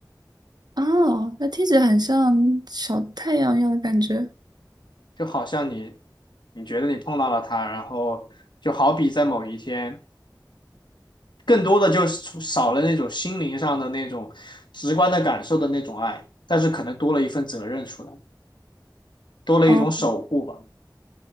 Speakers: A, on the right (about 60°); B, on the left (about 75°).
A: 哦，那听起来很像小太阳一样的感觉。
B: 就好像你你觉得你碰到了他，然后就好比在某一天，更多的就是少了那种心灵上的那种直观的感受的那种爱，但是可能多了一份责任出来，多了一种守护吧。
A: 哦。